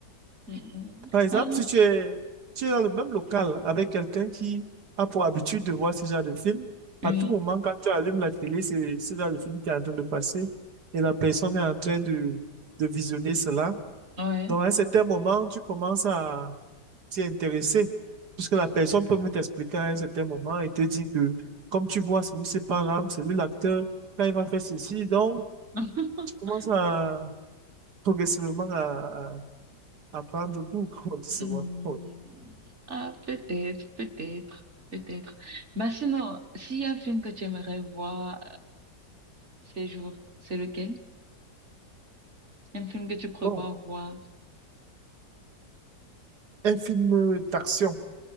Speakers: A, on the right; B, on the right.
A: Mm, mm.
B: Par exemple,
A: Ah,
B: si tu es, tu es dans le même local avec quelqu'un qui a pour habitude de voir ce genre de film,
A: oui,
B: à tout moment, quand tu allumes la télé, c'est ce genre de film qui est en train de passer et la personne est en train de, de visionner cela.
A: ouais.
B: Donc, à un certain moment, tu commences à t'y intéresser, puisque la personne peut même t'expliquer à un certain moment et te dire que, comme tu vois, celui-ci par là, c'est lui l'acteur, quand il va faire ceci, donc,
A: <laughs>
B: tu commences à progressivement à, à, à prendre goût, comme <laughs> on dit souvent.
A: Hmm,
B: Bon,
A: Ah, peut-être, peut-être, peut-être. Mais sinon, s'il y a un film que tu aimerais voir euh, ces jours, c'est lequel? Un film que tu prévois
B: Bon,
A: voir?
B: un film d'action.